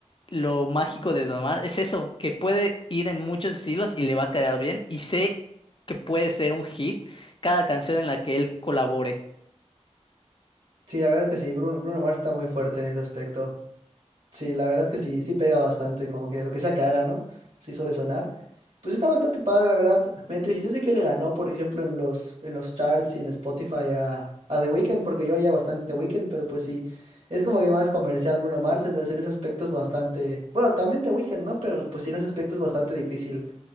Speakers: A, on the left; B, on the right.
A: lo mágico de Don Omar es eso, que puede ir en muchos estilos y le va a quedar bien. Y sé que puede ser un hit cada canción en la que él colabore.
B: Sí, la verdad que sí, Bruno, Bruno Mars está muy fuerte en ese aspecto. Sí, la verdad es que sí, sí pega bastante, como que lo que sea que haga, ¿no? Sí suele sonar. Pues está bastante padre, la verdad. Me entristece que le ganó, por ejemplo, en los, en los charts y en Spotify a, a The Weeknd, porque yo oía bastante The Weeknd, pero pues sí, es como que más comercial Bruno Mars, entonces en ese aspecto es bastante, bueno, también The Weeknd, ¿no? Pero pues sí, en ese aspecto es bastante difícil